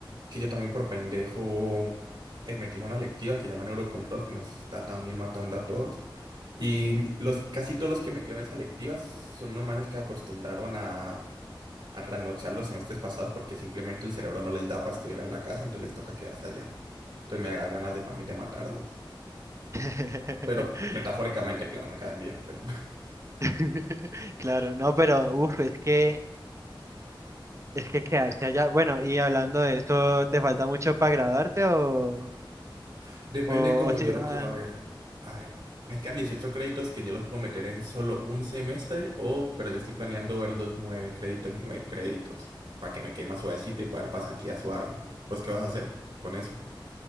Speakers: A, on the right; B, on the right.
A: que yo también por pendejo eh, metimos una lectiva que llaman Eurocontrol, que nos está también matando a todos. Y los, casi todos los que metieron esa lectiva son unos manes que acostumbraron a a trasnochar los semestres pasados porque simplemente el cerebro no les da para estudiar en la casa, entonces les toca quedarse allá. Entonces me da ganas de también de matarlos.
B: <laughs>
A: Pero metafóricamente, claro, me caen bien, pero
B: <laughs> Claro, no, pero uf, es que es que quedarse allá. Bueno, y hablando de eso, ¿te falta mucho para graduarte o
A: <laughs> depende
B: o,
A: como
B: o si-
A: yo lo
B: ah,
A: quiera ver. A ver, me quedan 18 créditos que yo los puedo meter en solo un semestre o, pero yo estoy planeando ver los 9 créditos y 9 créditos para que me quede más suavecito y para dar pasantía suave. ¿Vos qué vas a hacer con eso?